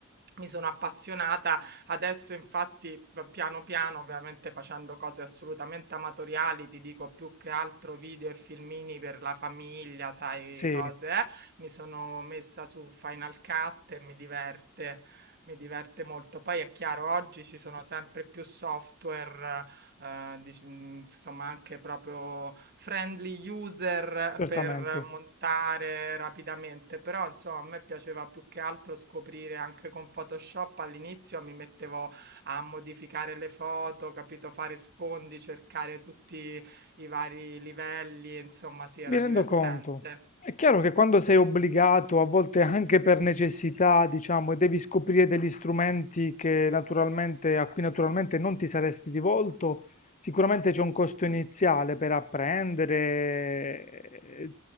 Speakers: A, on the right; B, on the left.
A: Mi sono appassionata, adesso infatti v piano, piano, ovviamente facendo cose assolutamente amatoriali, ti dico più che altro video e filmini per la famiglia, sai
B: sì,
A: cose, eh, mi sono messa su Final Cut e mi diverte mi diverte molto. Poi è chiaro, oggi ci sono sempre più software Ehm, dic mhmm, insomma anche proprio friendly user
B: certamente.
A: per montare rapidamente, però insomma a me piaceva più che altro scoprire anche con Photoshop all'inizio mi mettevo a modificare le foto, capito, fare sfondi, cercare tutti i vari livelli, insomma sì, era
B: Mi rendo
A: divertente.
B: conto. È chiaro che quando sei obbligato, a volte anche per necessità, diciamo, e devi scoprire degli strumenti che naturalmente, a cui naturalmente non ti saresti rivolto, sicuramente c'è un costo iniziale per apprendere, eh,